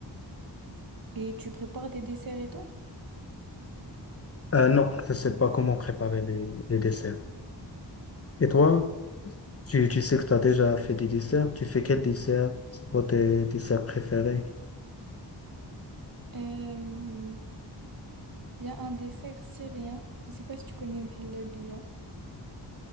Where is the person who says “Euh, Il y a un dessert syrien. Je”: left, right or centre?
Right